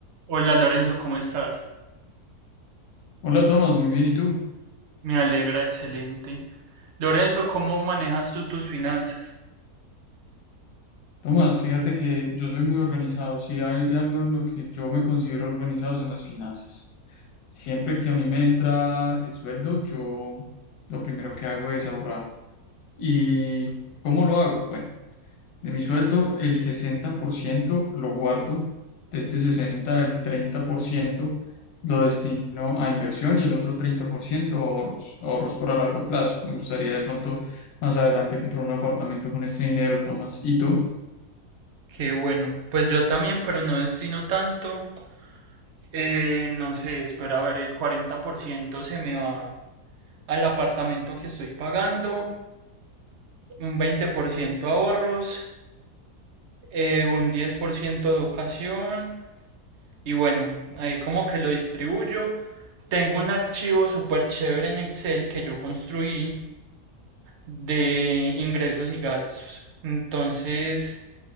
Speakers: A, on the right; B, on the left.
A: Hola Lorenzo, ¿cómo estás?
B: Hola Tomás, muy bien, ¿y tú?
A: Me alegra, excelente. Lorenzo, ¿cómo manejas tú tus finanzas?
B: Tomás, fíjate que yo soy muy organizado, si hay algo en lo que yo me considero organizado es en las finanzas. Siempre que a mí me entra el sueldo, yo lo primero que hago es ahorrar. ¿Y cómo lo hago? Bueno, De mi sueldo, el 60% lo guardo. De este 60 el 30% lo destino a inversión y el otro 30% a ahorros, ahorros para largo plazo. Me gustaría de pronto más adelante comprar un apartamento con este dinero, Tomás. ¿Y tú?
A: Qué bueno. Pues yo también, pero no destino tanto. Eh, no sé, espera a ver, el 40% se me va al apartamento que estoy pagando, un 20% ahorros, eh, un 10% educación y bueno, ahí como que lo distribuyo. Tengo un archivo súper chévere en Excel que yo construí de ingresos y gastos. Entonces,